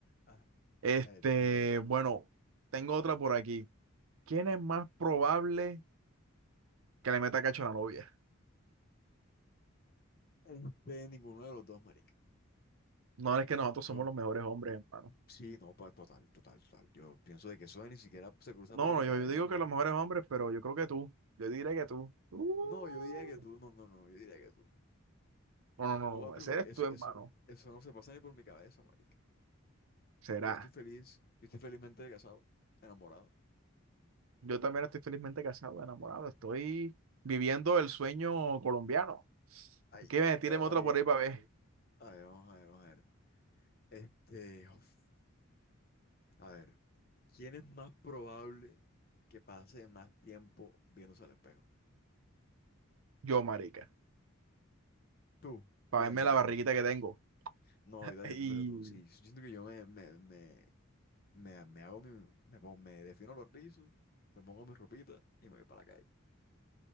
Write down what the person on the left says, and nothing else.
Ah,
dale, tírame otro.
Este, ninguno de los dos, marica.
Yo,
sí, no, pa- total, total, total. Yo pienso de que eso ni siquiera se cruza
por mi
cabeza.
ni-
No, yo diría que tú, no, no, no, yo diría que tú.
No, papi,
porque
eso,
eso, eso no se pasa ni por mi cabeza, marica.
Yo estoy feliz, yo estoy felizmente casado, enamorado.
Ay,
no,
marica.
A ver, vamos a ver, vamos a ver. Este, uf, a ver, ¿quién es más probable que pase más tiempo viéndose al espejo?
Tú.
Yo también
pienso
que tú.
No, yo también
pienso que tú. Sí, yo siento que yo me, me, me Me, me hago mi, me, pon- me defino los rizos, me pongo mi ropita y me voy para la calle.